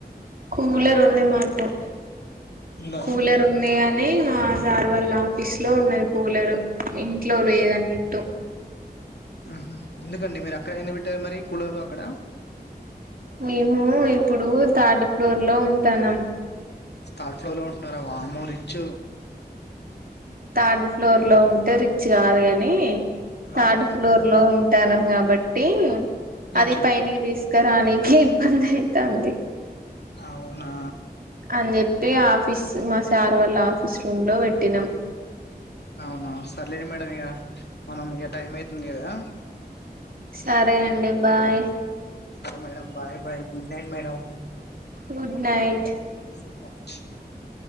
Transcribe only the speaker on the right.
కూలరు ఉనిన్నట్టు
కూలర్ ఉంది కాని <inaudible> సార్ వాళ్ళ ఆఫీస్ లో ఉన్నది కూలరు ఇంట్లో లేదన్నట్టు
మేము ఇప్పుడు థర్డ్ ఫ్లోర్ లో ఉంటానం
థర్డ్ ఫ్లోర్ లో ఉంటే రిచ్ కాదు కాని
థర్డ్ ఫ్లోర్ లో ఉంటానాం కాబట్టి
అది పైనే తీస్ రానీకి ఇబ్బందైతాంది
అని చెప్పి ఆఫీస్ మా సార్ వాళ్ళ ఆఫీస్ రూమ్ లో పెట్టినం
సరే అండి బాయ్
good night